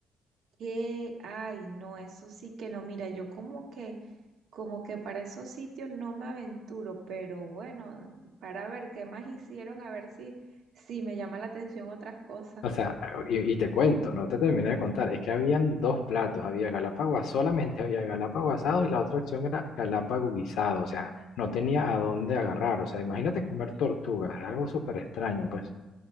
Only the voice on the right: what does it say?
¿Qué? Ay, no, eso sí que no. Mira, yo como que, como que para esos sitios no me aventuro, pero bueno, para ver qué más hicieron, a ver si, si me llama la atención otras cosas.